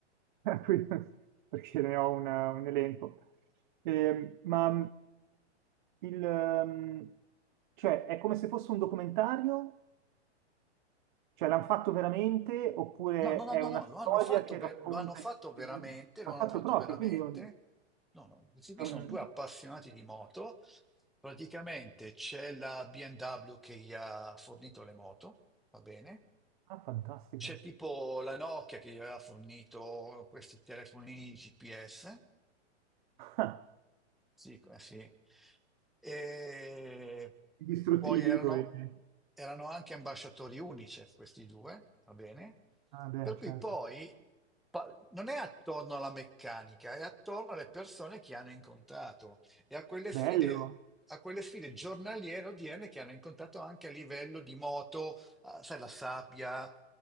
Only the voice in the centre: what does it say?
No, no, no,
no,
no,
lo hanno fatto,
ver-
lo hanno fatto veramente,
lo hanno
fatto
veramente.
No, no, questi qui
sono due appassionati di moto. Praticamente c'è la BMW che gli ha fornito le moto, va bene?
C'è tipo la Nokia che gli aveva fornito questi telefonini GPS.
Sì, eh sì. E
poi erano,
erano anche ambasciatori UNICEF questi due, va bene?
Per cui
poi pa- non è attorno alla meccanica, è attorno alle persone che hanno incontrato e a quelle sfide,
a quelle sfide giornaliere odierne che hanno incontrato anche a livello di moto, ah, sai, la sabbia